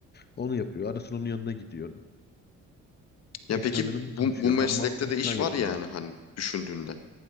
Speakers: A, on the left; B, on the left.
A: Onu yapıyor. Arasın onun yanına gidiyor.
B: Ya
A: Eşyaları
B: peki
A: mı
B: bu,
A: taşıyor?
B: bu meslekte
A: Hamallık
B: de
A: falan
B: iş
A: yapıyor
B: var yani
A: orada.
B: hani düşündüğünde.